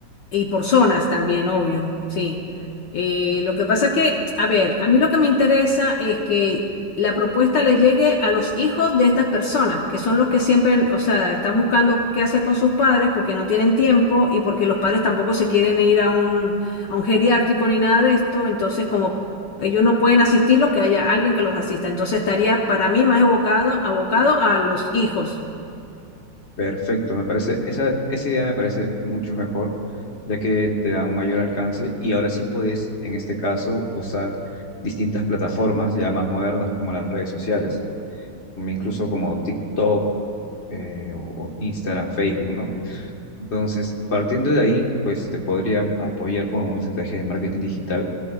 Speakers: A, on the left (about 65°); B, on the left (about 35°).
A: y por zonas también, obvio, sí. Eh, lo que pasa es que, a ver, a mí lo que me interesa es que la propuesta le llegue a los hijos de estas personas, que son los que siempre, o sea, están buscando qué hacer con sus padres porque no tienen tiempo y porque los padres tampoco se quieren ir a un, a un geriátrico ni nada de esto, entonces como ellos no pueden asistirlos, que haya alguien que los asista. Entonces estaría para mí más evocado, abocado a los hijos.
B: Perfecto, me parece, esa, esa idea me parece mucho mejor, ya que te da un mayor alcance y ahora sí puedes, en este caso, usar distintas plataformas ya más modernas como las redes sociales, mm, incluso como TikTok, eh, o o Instagram, Facebook, ¿no? Entonces, partiendo de ahí, pues te podría apoyar con algunas estrategias de marketing digital,